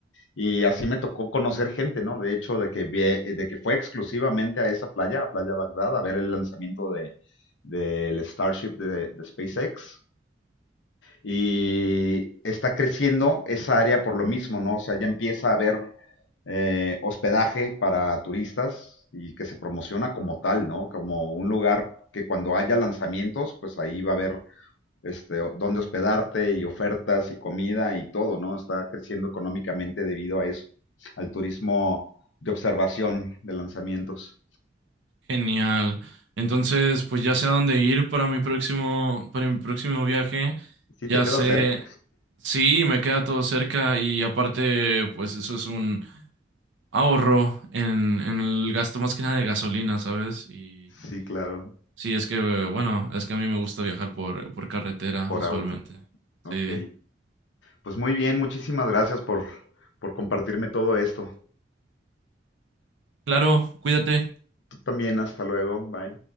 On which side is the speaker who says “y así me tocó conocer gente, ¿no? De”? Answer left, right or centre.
Left